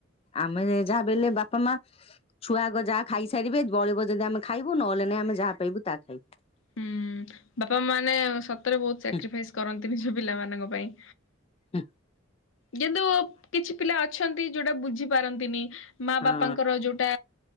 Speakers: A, on the left; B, on the left.
A: ଆମେ ଯାହା ବଲେ ବାପା ମା ଛୁଆଗ ଯାହା ଖାଇସାରିବେ ବଳିବ ଯଦି ଆମେ ଖାଇବୁ, ନହେଲେଇ ଆମେ ଯାହା ପାଇବୁ ତାହା ଖାଇବୁ।
B: ହୁଁ ବାପା ମାନେ ସତରେ ବହୁତ ସାକ୍ରିଫାଇସ
A: ହୁଁ
B: କରନ୍ତି ନିଜ ପିଲାମାନଙ୍କ ପାଇଁ।
A: ହଁ।
B: କିନ୍ତୁ କିଛି ପିଲା ଅଛନ୍ତି ଯୋଉଟା ବୁଝି ପାରନ୍ତିନି ମା
A: ହଁ
B: ବାପାଙ୍କର ଯୋଉ ଟା